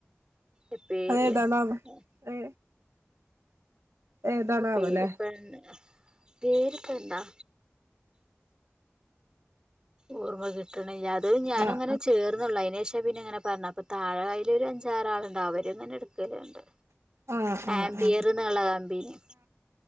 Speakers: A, on the right; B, on the right.
A: എഎപ്പോ
B: അതേതാണാവോ ഏ ഏതാണാവോല്ലേ
A: അതിന്റെ പേര് ഇപ്പൻ പേര് ഇപ്പൊ എന്താ ഓർമ്മ കിട്ട്ണില്ല ത് ഞാനങ്ങനെ
B: ആഹ്
A: ചേർന്നുള്ളെ അയിനേഷം പിന്നങ്ങനെ പർഞ്ഞ അപ്പ താഴ കൈയിൽ ഒരു അഞ്ചാറാള്ണ്ട് അവര്ങ്ങനെ ഇട്ക്കല്ണ്ട്
B: ആഹ് ആഹ് ആഹ്
A: ആംബിയറിനുള്ള
B: ആഹ്
A: കമ്പനി